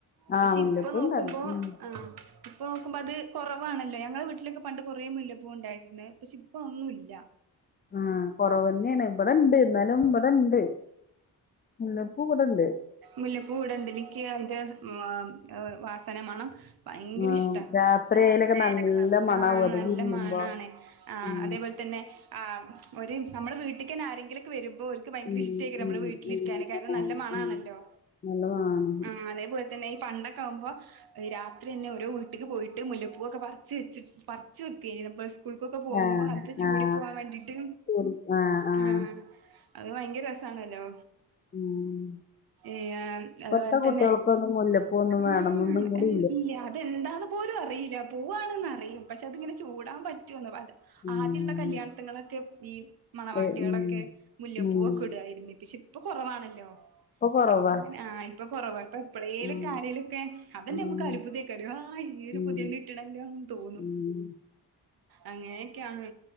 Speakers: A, on the right; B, on the left.
A: പഷേ
B: ആഹ് മുല്ലപ്പൂണ്ട്
A: ഇപ്പ നോക്കുമ്പോ
B: അവിടെ ഉം
A: ആഹ് ഇപ്പൊ നോക്കുമ്പത് കൊറവാണല്ലേ ഞങ്ങളെ വീട്ടിലക്കെ പണ്ട് കൊറേ മുല്ല പ്പൂണ്ടായിട്ട്ണ്ട്‌ പക്ഷെ ഇപ്പൊഅഒന്നുല്ല
B: ആഹ് കൊറവനെണ് ഇവ്ടെണ്ട് ഇന്നാലും ഇവ്ടെണ്ട് ഇവിടെണ്ട്‌ മുല്ലപ്പൂവ്ടെണ് ണ്ട്‌
A: മുല്ലപ്പൂവിടൊണ്ട്‌ നിക്ക് അതിന്റെ സ് മാ ഏഹ് വാസന മണം ഭയങ്കര
B: ആഹ്
A: ഇഷ്ട്ടാ രാത്രി
B: അയിലൊക്കെ നല്ല
A: അയിലേക്കെ നടന്നുപോവുമ്പ
B: മണാവും അത്
A: നല്ല
B: വിരിയുമ്പോ
A: മണാണ് ആഹ്
B: ഉം
A: അതേപോലെത്തന്നെ ആഹ് ഒര് അമ്മളെ വീട്ടിക്കന്നെ ആരെങ്കിലൊക്കെ വരുമ്പോ ഓര്ക്ക് ഭയങ്കരിഷ്
B: ഉം ഉം
A: നമ്മളെ വീട്ടിലിര്ക്കാന്
B: ഉം
A: കാരണം
B: ആഹ്
A: നല്ല മണാണല്ലോ
B: ഉം നല്ല മണാണ്
A: ഉം അതെ പോൽത്തന്നെ ഈ പണ്ടക്കെ ആവുമ്പോ രാത്രിന്നെ ഓരോ വീട്ടിക്ക് പോയിട്ട് മുല്ലപ്പൂവക്കെ പറിച്ച് വെച്ച് പറിച്ച് വെക്കെയ്നി പ്ലസ് സ്കൂൾക്കൊക്കൊ പോവുമ്പൊ
B: ആഹ്
A: അത് ചൂടി
B: ആഹ്
A: പോവാൻ വേണ്ടിട്ട്
B: ചെടി ആഹ്
A: ഉം
B: ആഹ്
A: അന്ന് ഭയങ്കര രസാണല്ലോ
B: ഉം
A: ഈഏഹ്
B: ഇപ്പത്തെ
A: അത്പോൽതന്നെ
B: കുട്ടികൾക്കൊന്നും മുല്ലപ്പൂ ഒന്നും വേണന്നൊന്നും
A: ഉം ഉം
B: കൂടി
A: ഇല്ല, അതെന്താന്ന് - പോലും അറിയില്ല പൂവാണ്ന്നറിം പക്ഷെ അതിങ്ങനെ ചൂടാൻ പറ്റോന്ന് അത്,
B: ഉം
A: ആദ്യള്ള കല്യാണത്ങ്ങന്നൊക്കെ ഈ മണവാട്ട്യാളൊക്കെ
B: ഏ ഉം
A: മുല്ലപ്പൂവൊക്കെ
B: ഉം
A: ഇടുആയ്രുന്നു പിന്നെ പഷേ ഇപ്പൊ കൊറവാണല്ലോ,
B: ഇപ്പൊ കൊറവാ
A: ഇപ്പങ്ങനെ ആഹ് ഇപ്പൊ കൊറവാ ഇപ്പ- എപ്പളേലൊക്കെ
B: ഉം
A: ആരേലൊക്കെ, അതെന്നെഅമ്മക്ക്
B: ഉം
A: അത്ഭുതെയ്ക്കാരം. ആഹ് ഈ ഒരു
B: ഉം
A: പുത്യെണ്ണ് - ഇട്ട്ണെല്ലോന്ന് തോന്നും.
B: ഉം
A: അങ്ങനെയൊക്കെയാണ്